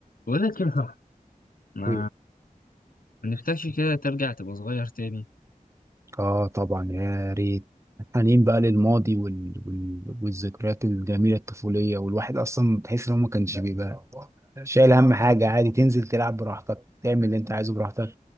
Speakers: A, on the left (about 75°); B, on the right (about 20°).
A: بقول لك ايه صح ما
B: إيه.
A: ما نفسكش كده ترجع تبقى صغير تاني
B: اه طبعا يا ريت حنين بقى للماضي وال... وال... والذكريات الجميله الطفوليه والواحد اصلا تحس ان هو ما كانش بيبقى شايل هم حاجه عادي تنزل تلعب براحتك تعمل اللي انت عايزه براحتك